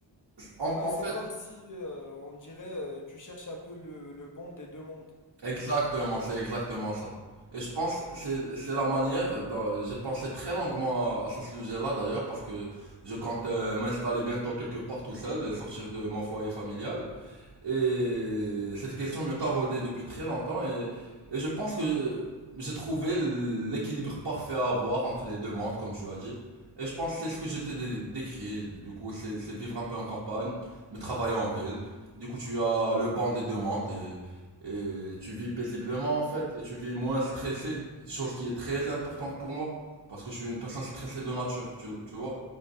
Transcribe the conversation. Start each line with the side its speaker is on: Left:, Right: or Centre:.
Right: En,
Left: Ouais,
Right: en
Left: c'est
Right: fait,
Left: comme si, euh, on dirait, euh, tu cherches un peu le, le bon des deux mondes.
Right: exactement, c'est exactement ça. Et je pense que c'est c'est la manière. dont- J'ai pensé très longuement à, à ce sujet-là d'ailleurs parce que je compte euh, m'installer bientôt quelque part tout seul et sortir de mon foyer familial. Et cette question me taraudait depuis très longtemps et, et je pense que j'ai trouvé l'équilibre parfait à avoir entre les deux mondes, comme tu as dit. Et je pense que c'est ce que j'étais dé- décrit. Du coup, c'est c'est vivre un peu en campagne, mais travailler en ville. Du coup, tu as le banc des deux mondes et, et tu vis paisiblement en fait. Et tu vis moins stressé, chose qui est très importante pour moi. Parce que je suis une personne stressée de nature, tu, tu vois.